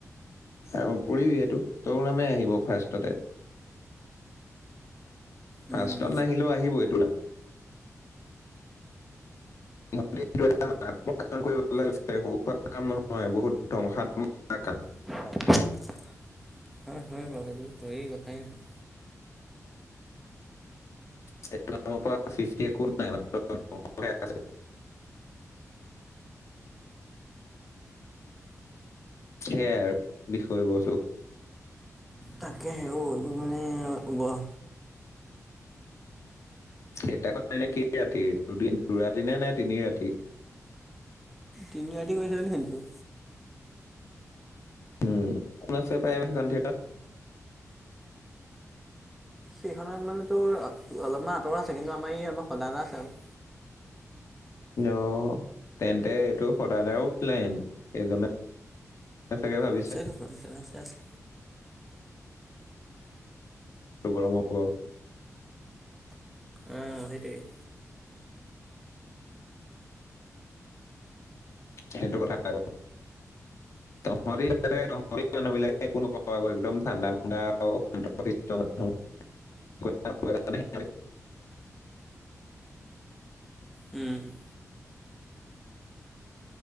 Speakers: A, on the left; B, in the centre.
A: অ পৰিবিয়েতো তোৰ নামেই আহিব ফাৰ্ষ্টতে। ফাষ্টত
B: উম
A: নাহিলেও আহিবই তোৰ নাম। এটাক কাম কৰিব লাগে সৰু সুৰা কাম নহয় বহুত ধ্বংসাত্মক এটা কাম।
B: হয়, হয় বাৰু সেইটো হেই কথাই নহয়।
A: সেফালৰ পৰা সৃষ্টি একো নাই মানে। হয় আছে। সেয়াই আৰু বিষয় বস্তু।
B: তাকে হে অ এইবোৰ মানে বৰ
A: সেইদিনাখন এনে কি ৰাতি দুদিন দুৰাতি নে নে তিনি ৰাতি?
B: তিনিৰাতি কৰিছে বুলি শুনিছো।
A: উম, কোন আছে পায় সেইখন থিয়েটাৰত।
B: সেইখনত মানে তোৰ অলপমান আঁতৰ আছে কিন্তু আমাৰ ই আমাৰ সদায় এটা আছে আৰু।
A: অ' তেন্তে এইটো সদায় সদায়োএও প্লেন সেইজনে চাগে ভাবিছে
B: আছেতো আছে আছে
A: <unintelligible>
B: অ সেইটোৱেই।
A: সেইটো কথা আৰু অ শৰিতে শৰি মানুহ বিলাকে একো নকওঁ একদম ঠাণ্ডা মাষ্ট মানুহ। গোটেই কেইটা পৰিয়াল মানে
B: উম